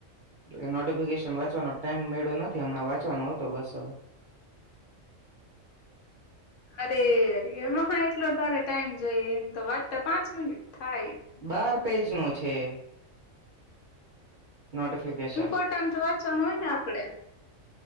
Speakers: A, on the right (about 55°); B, on the left (about 70°).
A: એટલે નોટિફિકેશન વાંચવાનો ટાઈમ મળ્યો નથી હમણાં વાંચવાનો હતો બસ હવે.
B: અરે અરેા એટલો તારે ટાઈમ જોઈ એમ તો વાતા પાંચ મિનિટ. થાય
A: બાર પેજ નો. છે. નોટિફિકેશન
B: ઇમ્પોર્ટન્ટ વાંચવાનું હોય ને આપડે.